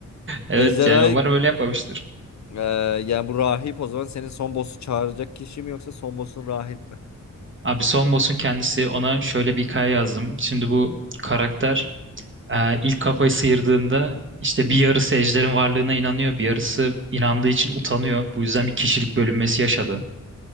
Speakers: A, on the right; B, on the left.
A: Evet
B: Ejderha
A: yani umarım öyle yapmamıştır.
B: e, yani bu rahip o zaman senin son boss'u çağıracak kişi mi yoksa son boss'un rahip mi?
A: Abi son boss'un kendisi ona şöyle bir hikaye yazdım. Şimdi bu karakter e, ilk kafayı sıyırdığında işte bir yarısı ejderin varlığına inanıyor. Bir yarısı inandığı için utanıyor. Bu yüzden bir kişilik bölünmesi yaşadı.